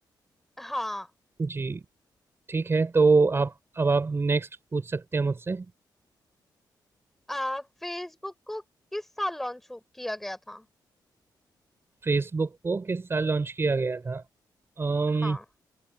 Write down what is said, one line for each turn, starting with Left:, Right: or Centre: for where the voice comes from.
Centre: हाँ
Right: जी ठीक है तो आप अब आप नेक्स्ट पूछ सकते हैं मुझसे
Centre: आ, फेसबुक को किस साल लॉन्च किया गया था
Right: फेसबुक को किस साल लॉन्च किया गया था अम्म
Centre: हाँ